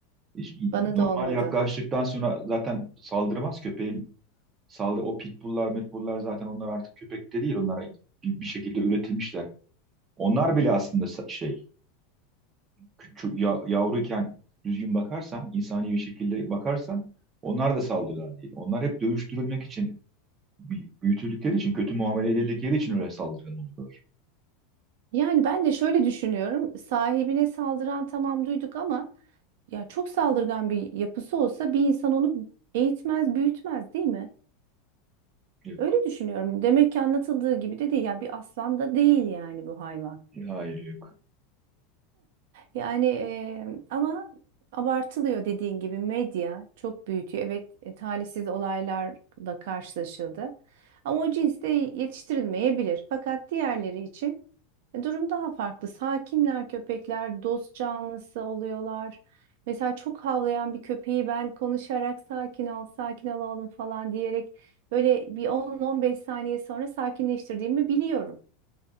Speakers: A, on the right; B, on the right.
A: Hiç-
B: Bana
A: Normal
B: da olmadı.
A: yaklaştıktan sonra zaten saldırmaz köpeğin. Saldı, o pitbulllar, metbulllar zaten onlar artık köpek de değil. Onlara bir, bir şekilde üretilmişler. Onlar bile aslında sa- şey, küçük, ya, yavruyken düzgün bakarsan, insani bir şekilde bakarsan onlar da saldırgan değil. Onlar hep dövüştürülmek için büyütüldükleri için, kötü muamele edildikleri için öyle saldırgan oluyor.
B: Yani ben de şöyle düşünüyorum. Sahibine saldıran tamam duyduk ama ya çok saldırgan bir yapısı olsa bir insan onu eğitmez, büyütmez değil mi?
A: Yok.
B: Öyle düşünüyorum. Demek ki anlatıldığı gibi de değil. Yani bir aslan da değil yani bu hayvan.
A: Hayır yok.
B: Yani eee, ama abartılıyor dediğin gibi medya çok büyütüyor. Evet e, talihsiz olaylarla karşılaşıldı. Ama o cins de yetiştirilmeyebilir. Fakat diğerleri için e, durum daha farklı. Sakinler köpekler, dost canlısı oluyorlar. Mesela çok havlayan bir köpeği ben konuşarak sakin ol, sakin ol oğlum falan diyerek böyle bir 10-15 saniye sonra sakinleştirdiğimi biliyorum.